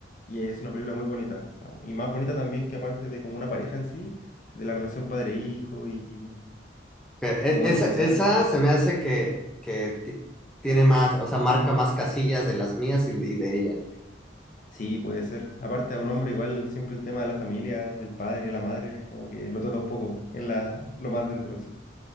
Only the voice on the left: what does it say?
y es una película muy bonita. Ah, Y más bonita también que aparte de como una pareja en sí, de la relación padre-hijo y,
y bueno,
quizás...
Sí, puede ser. Aparte, a un hombre igual siempre el tema de la familia, del padre, la madre, como que lo toca un poco, es la, lo más dentro, sí.